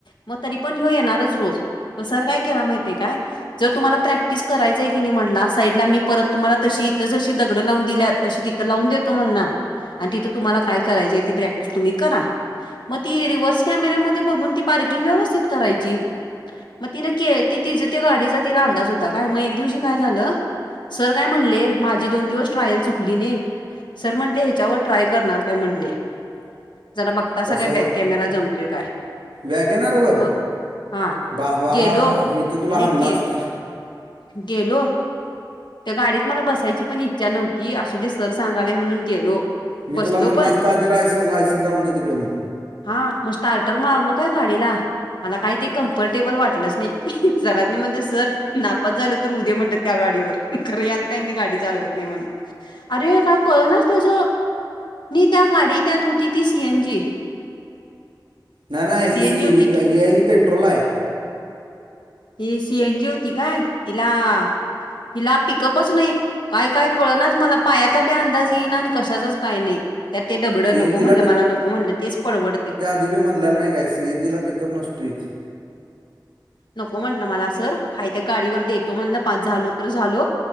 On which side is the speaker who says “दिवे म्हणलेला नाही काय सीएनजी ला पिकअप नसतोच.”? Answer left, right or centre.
Right